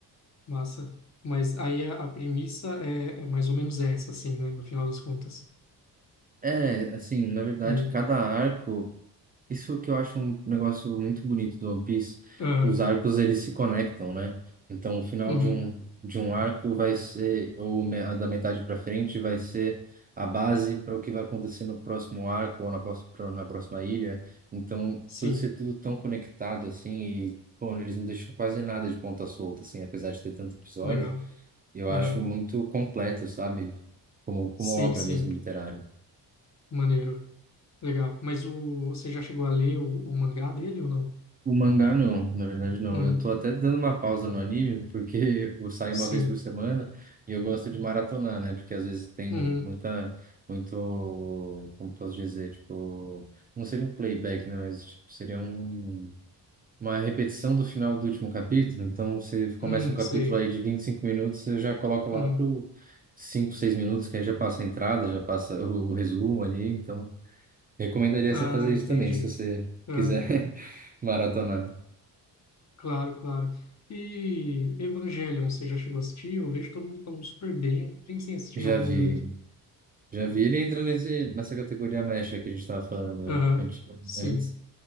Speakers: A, on the left; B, on the right.
A: massa. Mas aí a, a premissa é, é mais ou menos essa, assim, né? No final das contas.
B: É, assim, na verdade,
A: Uhum,
B: cada arco. Isso que eu acho um negócio muito bonito do One Piece,
A: aham,
B: os arcos eles se conectam, né? Então o final
A: uhum,
B: de um de um arco vai ser ou me- da metade para frente vai ser a base para o que vai acontecer no próximo arco ou na próxima na próxima ilha. Então
A: sim,
B: por ser tudo tão conectado assim e pô, eles não deixam quase nada de ponta solta assim, apesar de ter tanto episódio,
A: legal.
B: eu
A: Aham,
B: acho muito completo, sabe? Como como
A: sim,
B: obra
A: sim,
B: mesmo literária.
A: maneiro, legal. Mas o, você já chegou a ler o, o mangá dele ou não?
B: O mangá não, na verdade não.
A: Uhum,
B: Eu tô até dando uma pausa no anime, porque <laughs> eu saio
A: sim,
B: uma vez por semana e eu gosto de maratonar, né? Porque às vezes tem
A: uhum,
B: muita, muito, como posso dizer, tipo, não seria um playback, né? Mas tipo, seria um, uma repetição do final do último capítulo. Então você começa
A: uhum,
B: um capítulo
A: sei.
B: aí de 25 minutos, eu já coloco lá
A: Uhum.
B: pro 5, 6 minutos, que aí já passa a entrada, já passa o, o resumo ali. Então recomendaria
A: Ah,
B: você fazer
A: entendi.
B: isso também, se você
A: É,
B: quiser <laughs> maratonar.
A: claro, claro. E Evangelion, você já chegou a assistir? Eu vejo todo mundo falando super bem. Eu pensei em assistir
B: Já
A: em algum
B: vi,
A: momento.
B: já vi. Ele entra nesse, nessa categoria mecha que a gente estava falando
A: Aham,
B: antes.
A: sim.
B: antes.